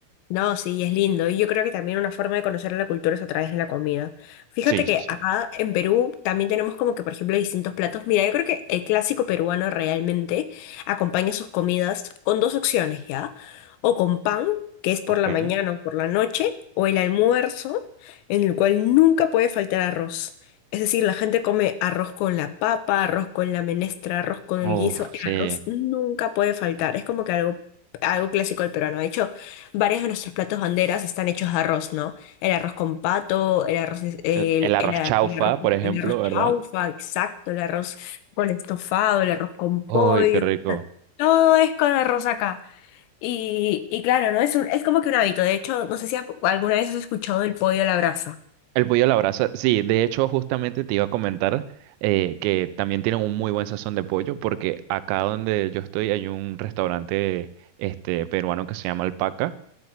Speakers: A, on the left (about 85°); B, on the right (about 90°).
A: No, sí, es lindo. Y yo creo que también una forma de conocer la cultura es a través de la comida. Fíjate
B: Sí,
A: que
B: sí, sí.
A: acá en Perú también tenemos como que, por ejemplo, distintos platos. Mira, yo creo que el clásico peruano realmente acompaña sus comidas con dos opciones, ¿ya? O con pan, que es por
B: Ok.
A: la mañana o por la noche, o el almuerzo, en el cual nunca puede faltar arroz. Es decir, la gente come arroz con la papa, arroz con la menestra, arroz con el
B: Uf,
A: guiso. El
B: sí.
A: arroz nunca puede faltar. Es como que algo, algo clásico del peruano. De hecho, Varios de nuestros platos banderas están hechos de arroz, ¿no? El arroz con pato, el arroz, es- el,
B: El, el arroz
A: el a-
B: chaufa,
A: el arroz,
B: por ejemplo,
A: el arroz
B: ¿verdad?
A: chaufa, exacto, el arroz con estofado, el arroz con pollo,
B: Uy, qué rico.
A: o sea, todo es con arroz acá. Y, y claro, ¿no? Es un- es como que un hábito. De hecho, no sé si a- alguna vez has escuchado el pollo a la brasa.
B: El pollo a la brasa, sí, de hecho justamente te iba a comentar eh, que también tienen un muy buen sazón de pollo porque acá donde yo estoy hay un restaurante este, peruano que se llama Alpaca